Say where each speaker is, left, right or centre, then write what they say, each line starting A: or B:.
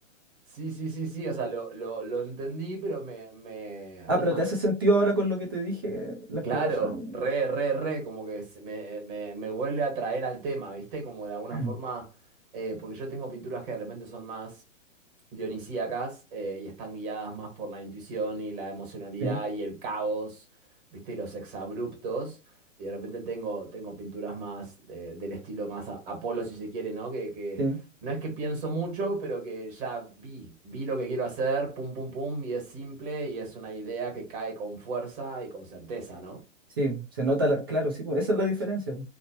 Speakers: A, on the right (about 40°); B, on the right (about 20°).
A: Sí, sí, sí, sí, o sea, lo, lo, lo entendí, pero me, me,
B: Ah,
A: nada,
B: pero ¿te hace sentido ahora con lo que te dije, la
A: Claro,
B: explicación?
A: re, re, re, como que se- me, me- me vuelve a traer al tema, ¿viste? Como de alguna
B: <clears throat>
A: forma, eh, porque yo tengo pinturas que de repente son más dionisíacas eh, y están guiadas más por la intuición y la emocionalidad
B: Sí,
A: y el caos, ¿viste? Y los exabruptos. Y de repente tengo, tengo pinturas más eh, del estilo más a- Apolo, si se quiere, ¿no? Que, que
B: sí,
A: no es que pienso mucho, pero que ya vi, vi lo que quiero hacer, pum, pum, pum, y es simple y es una idea que cae con fuerza y con certeza, ¿no?
B: sí, se nota, la- claro, sí, pues, esa es la diferencia.